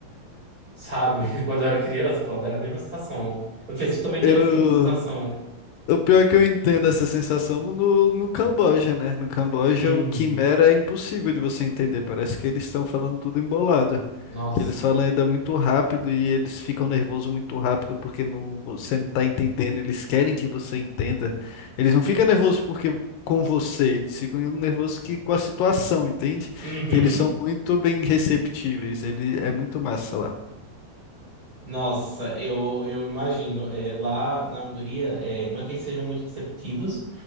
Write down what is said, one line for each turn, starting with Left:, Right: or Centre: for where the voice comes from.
Right: Sabe? <laughs> Quando eu era criança, pronto, era a mesma sensação. Eu não sei se tu também teve
Left: Eu,
Right: esse tipo de sensação.
Left: o pior é que eu entendo essa sensação no, no Camboja, né? No Camboja,
Right: Uhum.
Left: o Quimera é impossível de você entender. Parece que eles estão falando tudo embolado.
Right: Nossa.
Left: Que eles falam ainda muito rápido e eles ficam nervosos muito rápido porque não, você não está entendendo. Eles querem que você entenda. Eles não ficam nervosos porque com você, eles ficam nervosos que, com a situação, entende?
Right: Uhum.
Left: Que eles são muito bem receptíveis. Ele é muito massa lá.
Right: Nossa, eu, eu imagino. É, lá na Hungria, é, não é que eles sejam muito receptivos.